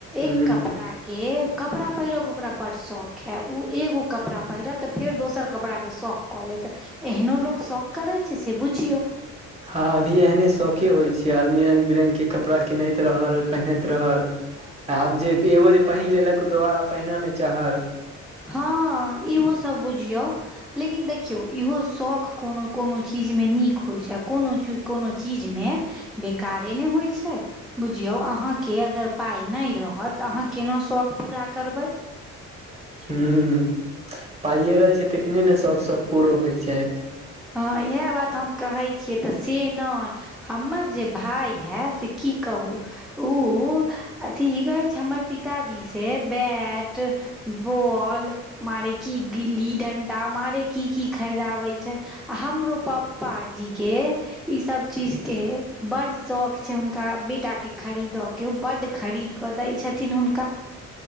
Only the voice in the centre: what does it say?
एक
कपड़ा केँ कपड़ा पहिर केँ ओकरा बड शौख है ओ एगो कपड़ा पहिरत तऽ फेर दोसर कपड़ा केँ शौख। कऽ लेत एहनो लोक शौक करै छै से बुझियौ।
हँ इहो सब बुझियौ। लेकिन देखियौ इहो शौख कोनो कोनो चीजमे नीक होइ छै आ कोनो कोनो चीजमे, बेकारे ने होइ छै। बुझियौ अहाँके अगर पाइ नहि रहत तऽ अहाँ केना शौक पूरा करबै।
हाँ इएह बात हम कहै छियै तऽ से नहि। हमर जे भाय हा से की कहू। ओ अथि ई कहै छै हमर पिताजी से बैट बॉल मारे की गिल्ली डंडा मारे की की खरीदाबै छै हमरो पापाजीके इ सब चीज के बड शौक छै हुनका बेटा के खरीद के के ओ बड्ड खरीद कऽ दै छथिन हुनका,